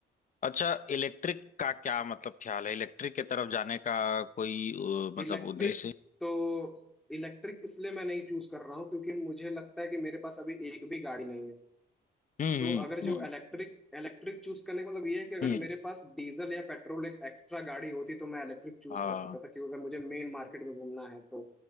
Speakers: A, on the left (about 40°); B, in the centre.
A: अच्छा इलेक्ट्रिक का क्या मतलब ख्याल है इलेक्ट्रिक की तरफ जाने का कोई अ, मतलब
B: इलेक्ट्रिक
A: उद्देश्य है?
B: तो इलेक्ट्रिक इसलिए मैं नहीं चूज कर रहा हूँ क्योंकि मुझे लगता है कि मेरे पास अभी एक भी गाड़ी नहीं है
A: हम्म
B: तो अगर
A: हम्म
B: जो
A: हम्म
B: इलेक्ट्रिक इलेक्ट्रिक चूज करने का मतलब ये है कि अगर
A: हम्म,
B: मेरे पास डीजल या पेट्रोल एक एक्स्ट्रा गाड़ी होती तो मैं इलेक्ट्रिक चूज
A: हाँ
B: कर सकता था क्योंकि अगर मुझे मेन मार्केट में घूमना है तो